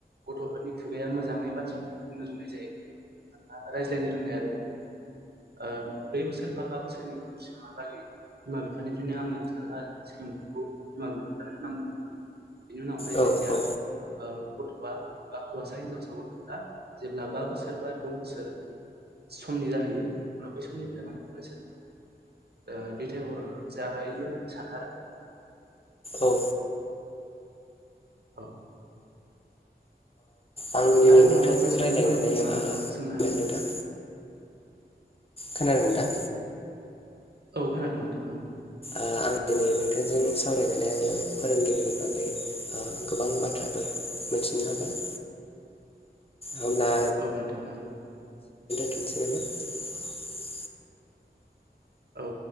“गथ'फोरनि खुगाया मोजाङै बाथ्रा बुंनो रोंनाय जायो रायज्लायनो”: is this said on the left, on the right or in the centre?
Right